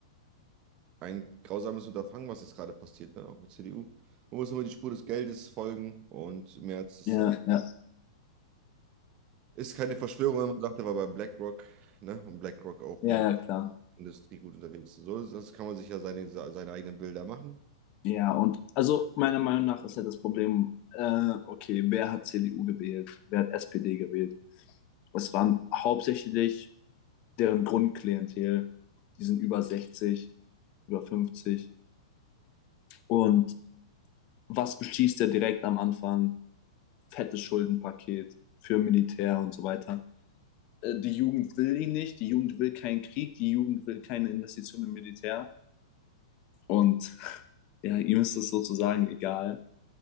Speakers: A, on the right; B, on the left.
A: ein grausames Unterfangen, was jetzt gerade passiert, ne? Auch mit CDU. Man muss immer die Spur des Geldes folgen und Merz ist
B: ja,
A: auch.
B: ja,
A: Ist keine Verschwörung, wenn man sagt, er war bei BlackRock, ne? Und BlackRock auch
B: ja,
A: in
B: ja,
A: der
B: klar.
A: Industrie gut unterwegs ist. So, das kann man sich ja seine, seine eigenen Bilder machen.
B: Ja, und also meiner Meinung nach ist halt das Problem, äh, okay, wer hat CDU gewählt? Wer hat SPD gewählt? Es waren hauptsächlich deren Grundklientel, die sind über 60, über 50. Und was beschließt er direkt am Anfang? Fettes Schuldenpaket für Militär und so weiter. Äh, Die Jugend will ihn nicht, die Jugend will keinen Krieg, die Jugend will keine Investition im Militär. Und <laughs> ja, ihm ist das sozusagen egal